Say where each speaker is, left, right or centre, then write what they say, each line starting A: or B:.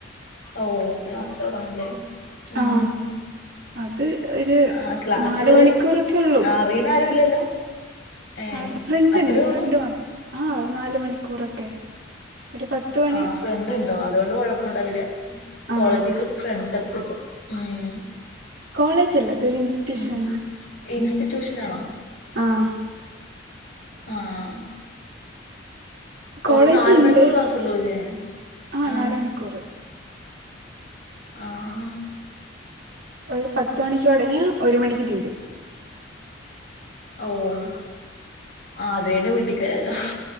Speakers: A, on the left (about 70°); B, on the right (about 65°).
A: ഓഹ് ക്ലാസ്സ്‌ തൊടങ്ങൻലെ ഉം
B: ആ അത് ഒരു
A: ആ ക്ലാസ്
B: നാല് മണിക്കൂറൊക്കെ ഉള്ളൂ
A: അറിയുന്ന ആരുല്ലല്ലോ ഏ
B: ആഹ് ഫ്രണ്ട്
A: അത്രേ
B: ഉണ്ട്
A: ഉള്ളൂ
B: ഫ്രണ്ട് വ ആഹ് ഒരു നാല് മണിക്കൂറൊക്കെ ഒരു പത്ത് മണി
A: ആഹ് ഫ്രണ്ട് ഇണ്ടോ അതുകൊണ്ട് കൊഴപ്പുണ്ടാവുല
B: ആ
A: കോളേജ്ക്കെ ഫ്രണ്ട്സാ <unintelligible> ഉം
B: കോളേജ് അല്ല അതൊരു ഇൻസ്റ്റ്യൂഷൻ
A: ഉം ഇൻസ്റ്റിറ്റ്യൂഷൻ ആണോ
B: ആഹ്
A: ആഹ് ഓഹ്
B: കോളേജുണ്ട്
A: ഇപ്പൊ നാല് മണിക്കൂർ ക്ലാസ്സുള്ളൂല്ലേ
B: ആ
A: ഈഹ്
B: നാല് മണിക്കൂറ്
A: ആഹ്
B: ഒരു പത്ത് മണിക്ക് തുടങ്ങിയ ഒരു മണിക്ക് തീരും
A: ഓഹ് അത് കഴിഞ്ഞ വീട്ട്ക്ക് വരല്ലോ